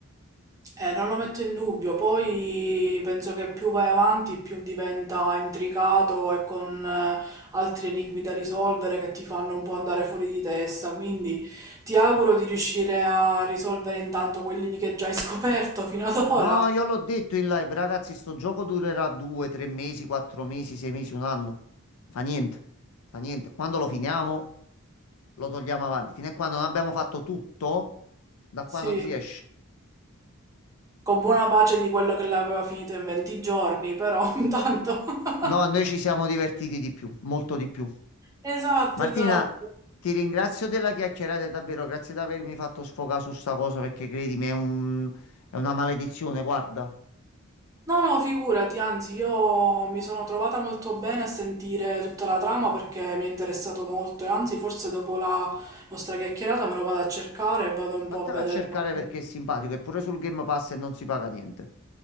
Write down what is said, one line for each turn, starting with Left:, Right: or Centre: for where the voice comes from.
Right: Eh, non lo metto in dubbio, poi penso che più vai avanti più diventa intricato e con eh, altri enigmi da risolvere che ti fanno un po' andare fuori di testa, quindi ti auguro di riuscire a risolvere intanto quelli che già hai scoperto fino ad ora,
Left: No, io l'ho detto in live, ragazzi, sto gioco durerà due, tre mesi, quattro mesi, sei mesi, un anno. Fa niente, fa niente. Quando lo finiamo, lo togliamo avanti. Fino a quando non abbiamo fatto tutto, da
Right: sì,
Left: qua non si esce.
Right: con buona pace di quello che l'aveva finito in 20 giorni, però <laughs> intanto...
Left: No, noi
Right: <laughs>
Left: ci siamo divertiti di più, molto di più.
Right: Esatto,
Left: Martina,
Right: esatto.
Left: ti ringrazio della chiacchierata, e davvero, grazie di avermi fatto sfogare su sta cosa perché credimi, è un- è una maledizione, guarda.
Right: No, no, figurati, anzi, io mi sono trovata molto bene a sentire tutta la trama perché mi è interessato molto e anzi, forse dopo la nostra chiacchierata me lo vado a cercare e vado un
Left: Vattela
Right: po' a vedere
Left: a cercare
Right: qualche...
Left: perché è simpatico e pure sul Game Pass e non si paga niente.